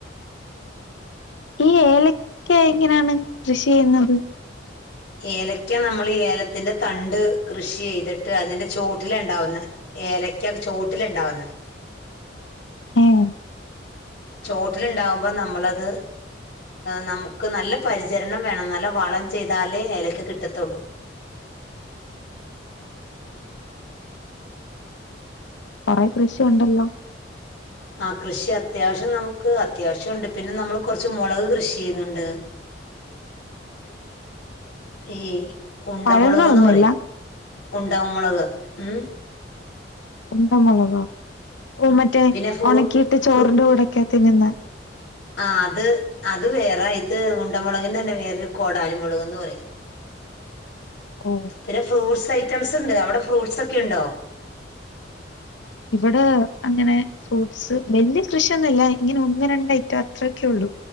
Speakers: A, on the left; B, on the left.
A: ഈ ഏലക്ക എങ്ങനെയാണ് കൃഷി ചെയ്യുന്നത്
B: ഏലക്ക നമ്മൾ ഈ ഏലത്തിന്റെ തണ്ട് കൃഷി ചെയ്തിട്ട് അതിന്റെ ചോട്ടിലാ ഉണ്ടാവുന്നത് ഏലക്ക ചോട്ടിലാണ്ടാവ്ന്നേ
A: ഏഹ്
B: ചോട്ടിലുണ്ടാവുമ്പോ നമ്മളത് നമുക്ക് നല്ല പരിചരണം വേണം നല്ല വളം ചെയ്താലേ ഏലക്ക് കിട്ടത്തോള്ളൂ
A: കൊറെ കൃഷി ഉണ്ടല്ലോ
B: ആ കൃഷി അത്യാവശ്യം നമുക്ക് അത്യാവശ്യം ഉണ്ട് പിന്നെ നമ്മൾ കോർച്ച് മൊളക് കൃഷി ചെയ്യുന്നുണ്ട് ഈ ഉണ്ടമുളക്
A: പഴങ്ങളൊന്നുമില്ല
B: ന്ന് പറയും ഉണ്ട മുളക് ഉം
A: ഉണ്ട മുളകാ ഓ മറ്റേ
B: പിന്നെ ഫ്രു
A: ഉണക്കിയിട്ട് ചോറിന്റെ
B: ഫ്രു
A: കൂടെ ഒക്കെ തിന്ന്
B: ആ അത് അത് വേറെ ഇത് ഉണ്ടമുളകിന്റെ തന്നെ വേറൊരു കോടാലി മുളക്ന്ന് പറയും
A: ഓ
B: പിന്നെ ഫ്രൂട്ട്സ് ഐറ്റംസ് ഉണ്ട് അവിടെ ഫ്രൂട്ട്സൊക്കെയുണ്ടോ
A: ഇവിടെ അങ്ങനെ ഫ്രൂട്ട്സ് വലിയ കൃഷിയൊന്നുല്ല ഇങ്ങനെ ഒന്ന് രണ്ട് ഐറ്റം അത്രയൊക്കെള്ളൂ